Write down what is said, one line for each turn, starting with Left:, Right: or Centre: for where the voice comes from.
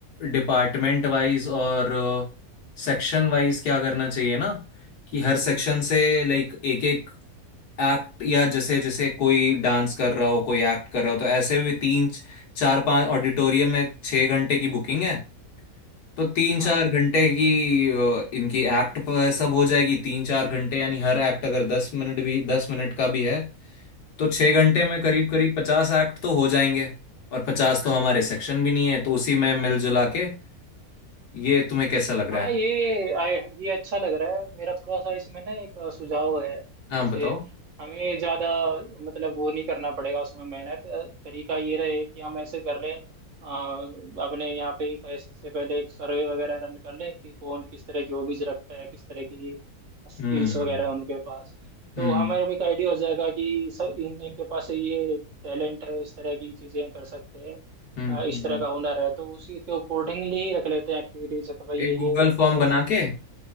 Left: डिपार्टमेंट वाइज और सेक्शन वाइज क्या करना चाहिए ना कि हर सेक्शन से लाइक एक एक एक्ट या जैसे जैसे कोई डांस कर रहा हो कोई एक्ट कर रहा हो तो ऐसे भी तीन चार पांच ऑडिटोरियम में छः घंटे की बुकिंग है तो तीन
Right: हाँ
Left: चार घंटे की अ, इनकी एक्ट पर सब हो जाएगी तीन चार घंटे यानी हर एक्ट अगर दस मिनट भी दस मिनट का भी है तो छः घंटे में करीब करीब पचास एक्ट तो हो जाएंगे और पचास तो हमारे सेक्शन भी नहीं है तो उसी में मिलजुला के ये तुम्हें कैसा लग रहा
Right: हाँ
Left: है
Right: ये आए, ये अच्छा लग रहा है मेरा थोड़ा सा इसमें ना एक अ, सुझाव है
Left: हाँ
Right: जैसे
Left: बताओ
Right: हमें ज़्यादा मतलब वो नहीं करना पड़ेगा उसमें मेहनत अ, तरीका ये रहे कि हम ऐसे कर लें अ, अपने यहाँ पे फेस्ट से पहले एक सर्वे वगैरह रन कर लें कि कौन किस तरह की हॉबीज रखता है किस तरह की स्किल्स
Left: हम्म
Right: वगैरह उनके पास तो
Left: हम्म
Right: हमें भी एक आइडिया हो जाएगा कि सब इन इनके पास ये टैलेंट है इस तरह की चीज़ें कर सकते हैं
Left: हम्म
Right: आ, इस
Left: हम्म
Right: तरह का हुनर है तो उसी के अकॉर्डिंगली ही रख लेते हैं एक्टिविटीज कि भाई
Left: एक
Right: ये
Left: गूगल
Right: ये
Left: फॉर्म
Right: इन्वॉल्व
Left: बना
Right: कर लेते
Left: के